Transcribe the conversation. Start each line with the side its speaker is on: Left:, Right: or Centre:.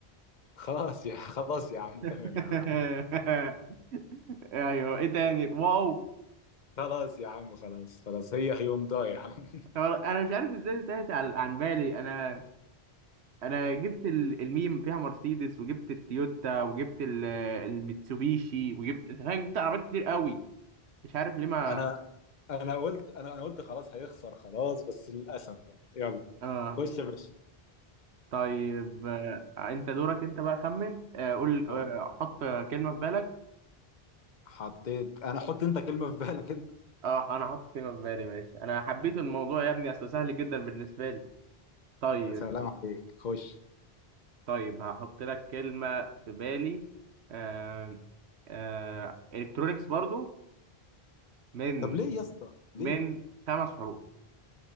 Left: خلاص يا <laughs> خلاص يا عم تمام
Right: <laughs>
Left: يا عم
Right: ايوه ايه تاني واو
Left: خلاص يا عم خلاص خلاص هي هيونداي يا عم <laughs>
Right: خبر- انا مش عارف ازاي انتهت عن عن بالي انا انا جبت ال- الميم فيها مرسيدس وجبت التويوتا وجبت ال- الميتسوبيشي وجبت انت فاهم جبت عربيات كتير قوي مش عارف ليه ما
Left: انا انا قلت انا انا قلت خلاص هيخسر خلاص بس للاسف بقى يلا
Right: اه
Left: خش يا باشا
Right: طيب آه، انت دورك انت بقى خمن آه، قول آه،
Left: آه،
Right: حط كلمة في بالك
Left: حطيت انا حط انت كلمة في بالك انت
Right: اه انا حط كلمة في بالي ماشي انا حبيت الموضوع يا ابني اصل سهل جدا بالنسبة لي طيب
Left: يا سلام عليك خش
Right: طيب هحط لك كلمة في بالي آه آه الكترونيكس برضو من
Left: طب ليه يا اسطى ليه
Right: من خمس حروف